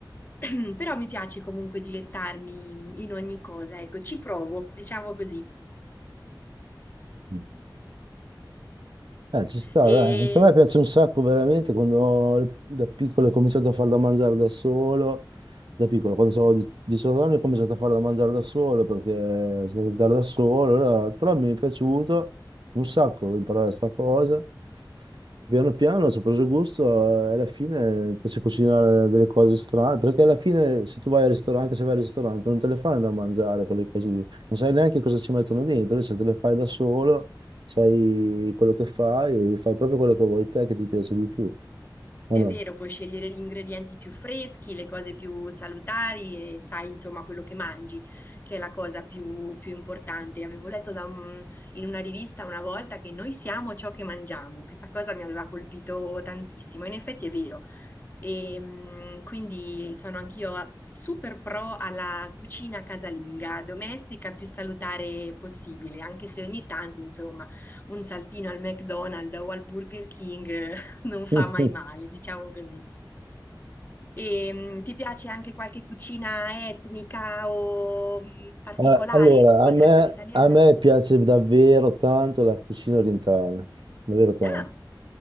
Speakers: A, on the left; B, on the right.
A: <clears throat> però mi piace comunque dilettarmi in ogni cosa, ecco, ci provo, diciamo così.
B: Mm. Eh, ci sta,
A: E
B: dai. A me piace un sacco veramente quando ho- da piccolo ho cominciato a farla mangiare da solo. Da piccolo, quando avevo 18 anni, ho cominciato a farla mangiare da solo perché sono andato a abitare da solo. allora- Però mi è piaciuto un sacco imparare questa cosa. Piano piano ci ho preso gusto eh, e alla fine mi piace cucinare delle cose strane. Perché alla fine, se tu vai al ristorante, anche se vai al ristorante, non te le fanno da mangiare quelle cose lì, non sai neanche cosa ci mettono dentro, invece te le fai da solo sai quello che fai e fai proprio quello che vuoi te che ti piace di più, o
A: È
B: no?
A: vero, puoi scegliere gli ingredienti più freschi, le cose più salutari e sai insomma quello che mangi, che è la cosa più, più importante. Avevo letto da un- in una rivista una volta che noi siamo ciò che mangiamo. Questa cosa mi aveva colpito tantissimo. In effetti è vero. E, mm, quindi sono anch'io super pro alla cucina casalinga, domestica più salutare possibile, anche se ogni tanto insomma un saltino al McDonald's o al Burger King non fa
B: <laughs>
A: mai male, diciamo così. E, mm, ti piace anche qualche cucina etnica o mm, particolare,
B: Eh, Allora,
A: oltre
B: a me,
A: a quella italiana?
B: a me piace davvero tanto la cucina orientale, davvero tanto.
A: Ah,